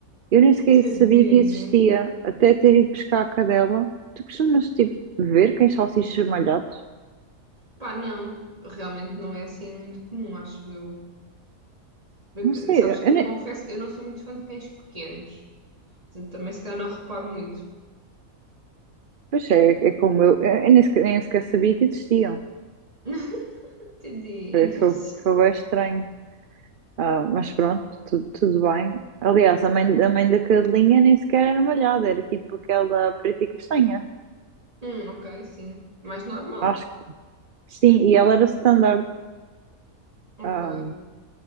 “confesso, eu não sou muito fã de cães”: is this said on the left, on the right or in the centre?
Right